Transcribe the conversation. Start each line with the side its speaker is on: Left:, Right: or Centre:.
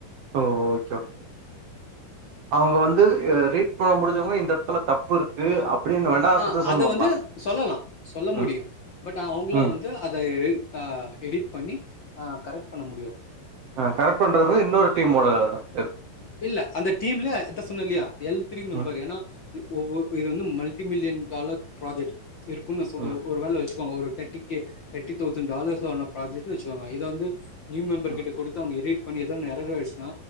Right: ஓ ஓகே ஓகே ஓகே அவங்க வந்து ரீட் பண்ண முடிஞ்சவங்க இந்த இடத்துல தப்பு இருக்கு அப்படின்னு வேணா
Left: அ
Right: சஜஷன்
Left: அத
Right: பண்ணலா
Left: வந்து சொல்லலா சொல்ல முடியு
Right: ம்
Left: பட் அவங்கள
Right: ம்
Left: வந்து அத அ எடிட் பண்ணி அ கரெக்ட் பண்ண முடியாது
Right: அ கரெக்ட் பண்றது இன்னொரு டீமோட இருக்
Left: இல்ல அந்த டீம்லியே எத சொன்ன இல்லையா எல் த்ரீ மெம்பரு
Right: ம்
Left: ஏன்னா ஒவ்வொ இது வந்து மல்டி மில்லியன் டாலர் ப்ராஜக்ட் இருக்கு நா சொ
Right: ம்
Left: ஒ ஒரு வேல வச்சுக்கோங்க ஒரு டெ ட்டிக்கே தேர்ட்டி தௌசண்ட் டாலர்ஸ் ஆன ப்ராஜெக்ட்னு வச்சுகோங்க இத வந்து நியூ மெம்பர்
Right: ம்
Left: கிட்ட கொடுத் து அவங்க எடிட் பண்ணி எதோன் எற்றேர் ஆய்ட்ச்சுன்னா